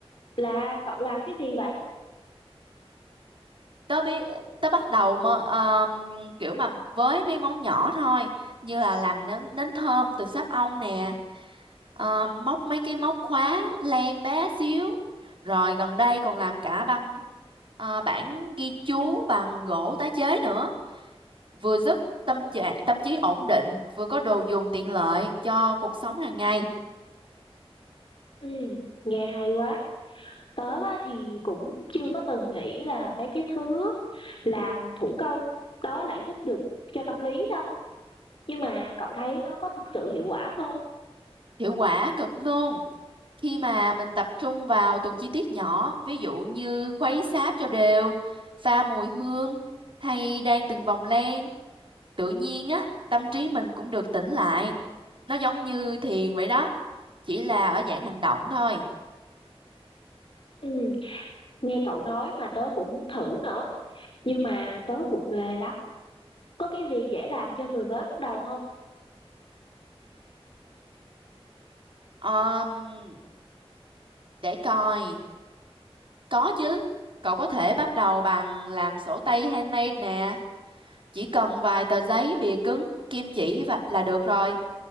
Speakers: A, on the left; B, on the right.
A: Là cậu làm cái gì vậy?
B: tớ biết tớ bắt đầu mà, um, kiểu mà với mấy món nhỏ thôi như là làm nến nến thơm từ sáp ong nè ờ, móc mấy cái móc khóa len bé xíu rồi gần đây còn làm cả băng ờ, bảng ghi chú bằng gỗ tái chế nữa vừa giúp tâm trạng tâm trí ổn định vừa có đồ dùng tiện lợi cho cuộc sống hàng ngày
A: Ừ, nghe hay quá. Tớ á, thì cũng chưa có từng nghĩ là mấy cái thứ làm thủ công đó lại giúp được cho tâm lý đâu. Nhưng mà cậu thấy nó có thực sự hiệu quả không?
B: hiệu quả cực luôn khi mà mình tập trung vào từng chi tiết nhỏ ví dụ như khuấy sáp cho đều pha mùi hương hay đan từng vòng len tự nhiên á tâm trí mình cũng được tĩnh lại nó giống như thiền vậy đó chỉ là ở dạng hành động thôi
A: Ừ. Nghe cậu nói mà tớ cũng muốn thử nữa, nhưng mà tớ vụng về lắm. Có cái gì dễ làm cho người mới bắt đầu không?
B: Ờm, để coi có chứ cậu có thể bắt đầu bằng làm sổ tay handmade nè chỉ cần vài tờ giấy bìa cứng kim chỉ và là được rồi